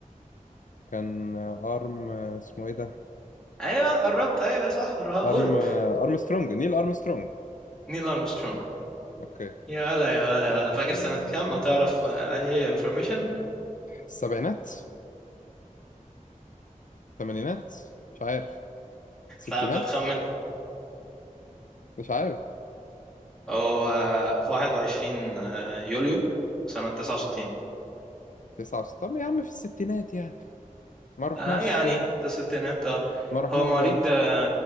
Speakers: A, on the left; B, in the centre.
A: كان ارم اسمه ايه ده
B: ايوه قربت ايوه صح الرها- قول
A: ارم ارمسترونج نيل ارمسترونج
B: نيل ارمسترونج
A: اوكي
B: يا ولا يا ولا يا ولا فاكر
A: مم،
B: سنة كام او تعرف
A: نايس
B: آه، اي انفورميشن
A: السبعينات الثمانينات مش عارف ستينات
B: لا بتخمن
A: مش عارف
B: هو آه، في 21 آه، يوليو سنة 69
A: تسعة وست... طب يا عم في الستينات يعني ما رحناش
B: آه يعني في الستينات اه
A: ما رحناش
B: هو مواليد
A: بعيد
B: آه،